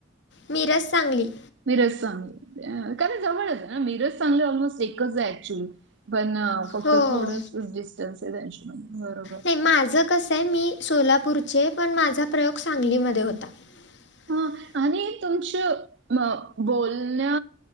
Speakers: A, on the left; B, on the right.
A: मिरज, सांगली
B: मिरज, सांगली, का जवळच आहे ना मिरज, सांगली, ऑलमोस्ट एकच आहे ऍक्च्युली. पण फक्त
A: हो.
B: थोड डिस्टन्स आहे त्यांच्या मध्ये बरोबर.
A: नाही माझं कसं आहे मी सोलापूरचे पण माझा प्रयोग सांगलीमध्ये होता. <inaudible>
B: हां आणि तुमच म बोलण्या